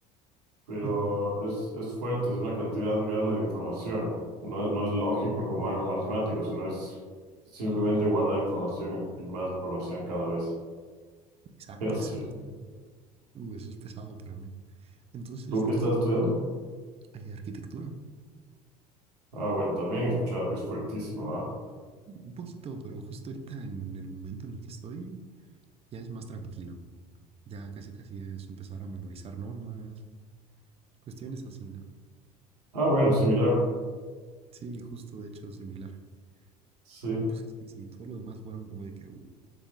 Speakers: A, on the right; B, on the right.
A: pero
B: Ujú,
A: es, es fuerte, es una cantidad grande de información. No, no es lógico como algo matemático, sino es simplemente guardar información y más información cada vez. <laughs>
B: Exacto,
A: Ya sé.
B: exacto. Uh, eso es pesado para mí. Entonces,
A: ¿Tú qué
B: de aquí,
A: estás estudiando?
B: eh, arquitectura.
A: Ah, bueno, también he escuchado que es fuertísimo, ¿ah?
B: Un poquito, pero justo ahorita, en el momento en el que estoy, ya es más tranquilo. Ya casi casi es empezar a memorizar normas Cuestiones así, ¿no?
A: Ah, bueno, similar.
B: Sí, justo de hecho similar.
A: Sí,
B: Pero pues es que sí, todo lo demás fueron como de que uh,